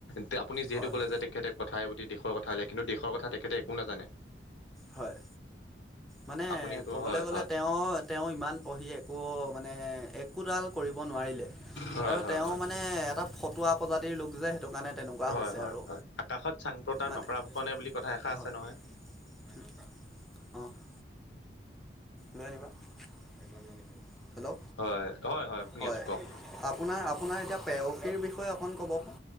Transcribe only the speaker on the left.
তেওঁ আপুনি যিহেতু
ক'লে
যে তেখেতে কথাই প্রতি দেশৰ কথা উলিয়াই কিন্তু দেশৰ কথা তেখেতে একো নাজানে।
আপুনি সেইটো
হয়
হয়
হয়
হয়
হয়
হয়
হয়
হয় আকাশত চাং প্ৰতা
নকৰা ফুকনে বুলি কথা এষাৰ আছে
নহয়
হয় হয় শুনি
আছো কওক